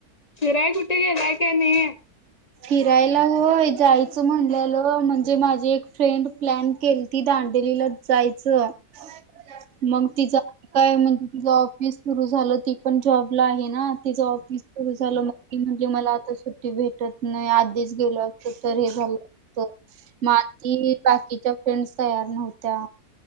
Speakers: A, on the left; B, on the right.
A: फिराय कुठ गेलाय. क नाही.
B: फिराय होय जायचं म्हणलेलो म्हणजे माझ. एक फ्रेंड प्लॅन केलती दांडेली जायचं <inaudible> मंग तिचा काय म्हण <unintelligible> ऑफिस सुरू झालं, ती पण जॉबला आहे ना तिच ऑफिस सुरू झालं म म्हणजे मला आता सुट्टी भेट- तत नाही आधीच गेलो असत तर हे झालं हो बाकी बाकीच्या हिंटस तयार नव्हत्या